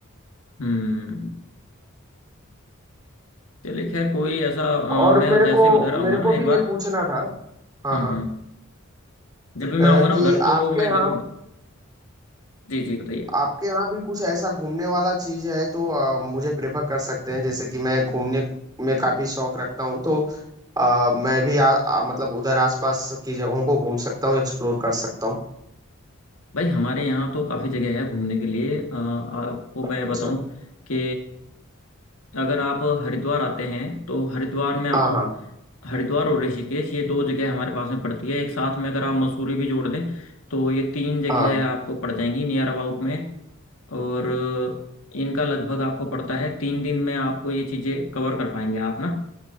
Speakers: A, on the left; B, on the right.
A: हम्म चलिए खैर कोई ऐसा
B: और
A: अ, मैं
B: मेरे
A: जैसे
B: को
A: उधर आऊंगा
B: मेरे
A: ना
B: को
A: एक
B: भी
A: बार
B: ये पूछना था हाँ
A: हम्म
B: हाँ
A: हम्म जब भी मैं
B: अ,
A: आऊंगा ना
B: कि
A: उधर तो
B: आपके
A: मैं
B: यहाँ
A: जरूर जी जी बताइए
B: आपके यहाँ भी कुछ ऐसा घूमने वाला चीज है तो अ, मुझे प्रेफर कर सकते हैं जैसे कि मैं घूमने में काफी शौक रखता हूँ तो अ, मैं भी आ, आ, मतलब उधर आसपास की जगहों को घूम सकता हूँ एक्सप्लोर कर सकता हूँ
A: भाई हमारे यहाँ तो काफ़ी जगह है घूमने के लिए अ, आपको
B: अच्छा
A: मैं बताऊं कि अगर आप हरिद्वार आते हैं तो हरिद्वार में आपको
B: हाँ हाँ
A: हरिद्वार और ऋषिकेश ये दो जगह हमारे पास में पड़ती है एक साथ में अगर आप मसूरी भी जोड़ दें तो ये तीन जगह
B: हाँ
A: आपको पड़ जाएंगी नियर अबाउट में और इनका लगभग आपको पड़ता है तीन दिन में आपको ये चीज़ें कवर कर पाएंगे आप ना